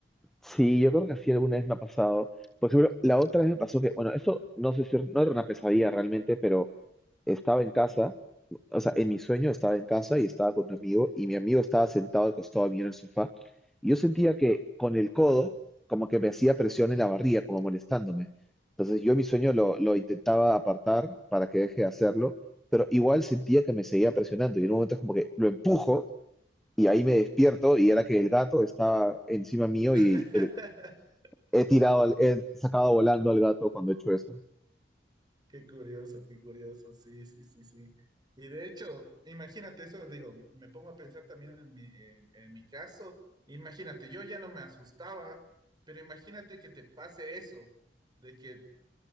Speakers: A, in the centre; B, on the right.
A: Sí, yo creo que sí alguna vez me ha pasado. Por ejemplo, la otra vez me pasó que, bueno, esto no sé si no era una pesadilla realmente, pero estaba en casa,
B: Sí.
A: o sea, en mi sueño estaba en casa y estaba con un amigo y mi amigo estaba sentado al costado mío en el sofá y yo sentía que con el codo como que me hacía presión
B: Ujú,
A: en la barriga, como molestándome. Entonces yo en mi sueño
B: Ok,
A: lo, lo intentaba apartar para que deje de hacerlo, pero igual sentía que me seguía presionando y en un momento es como que lo empujo y ahí me despierto
B: ok.
A: y era que el gato está encima mío
B: <laughs>
A: y el- he tirado, al- he sacado volando al gato cuando he hecho eso.
B: Qué curioso, qué curioso, sí, sí, sí, sí. Y de hecho, imagínate eso, digo, me pongo a pensar también en mi, en, en mi caso, imagínate, yo ya no me asustaba, pero imagínate que te pase eso, de que